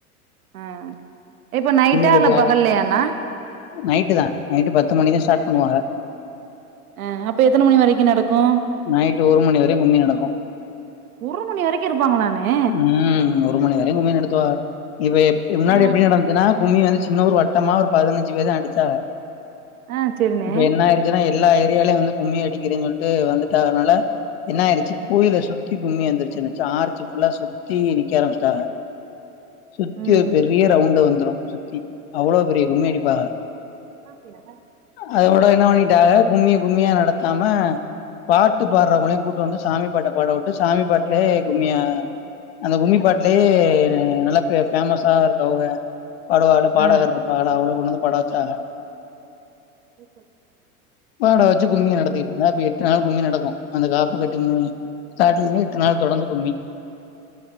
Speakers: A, on the right (about 65°); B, on the left (about 45°).
A: ஆ இப்ப நைட்டா
B: கொட்டுவாங்க
A: இல்ல பகல்லயாண்ணா
B: நைட்டு தா நைட்டு பத்து மணிக்கு தா ஸ்டார்ட்
A: அ
B: பண்ணுவாங்க
A: அ அப்ப எத்தன மணி வரைக்கு நடக்கு
B: நாய்ட்டு ஒரு மணிவரயு கும்மி நடக்கு
A: ஒரு மணி வரைக்கு இருப்பாங்களாண்ணே
B: உம் ஒரு மணிவர கும்மி நடத்துவாக இவ எப் முன்னாடி
A: ஆ
B: இப்ப எப்டி நடந்துச்சதுன்னா கும்மி வந்து சின்ன ஒரு வட்டமா ஒரு பதினஞ்சுபேது அடிச்சாக
A: ஆ செரிண்ணே
B: இப்ப என்ன ஆய்ரிச்சுன்னா எல்லா ஏரியாலயு வந்து கும்மி அடிக்கிறீன்னு சொல்லிட்டு வந்து இல்லாதனால என்ன ஆயிருச்சு கோயில சுத்தி கும்மி வந்துருச்சுச்சு ஆச்சு புல்லா சுத்தி நிக்க ஆரம்பிச்சுட்டாக சுத்தி
A: ம்
B: ஒரு பெரிய ரவுண்டு வந்துரு சுத்தி அவ்ளோ பெரிய கும்மி அடிப்பாக
A: சாப்டியா
B: அத விட என்ன பண்ணிடாக கும்மி கும்மிய நடத்தாம பாட்டு பாடுறவங்களையு கூட்டு வந்து சாமி பாட்ட பாட விட்டு சாமி பாட்லேயே கும்மிய அந்த கும்மி பாட்லேயே நல்லா பே பேமஸ்சா இருக்கு அவுக பாடுவால பாடகர்
A: ஆ
B: இருப்பாகள அவ்ளோ கொண்டுவந்து பாட வச்சாக
A: இருப்ப
B: வாடா வச்சு கும்மி நடத்தி இருந்த எப் ட கும்மி நடக்கு அந்த காப்பு கட்டுமே ஸ்டார்டிங்லே எட்டு நாள் தொடர்ந்து கும்மி <inaudible>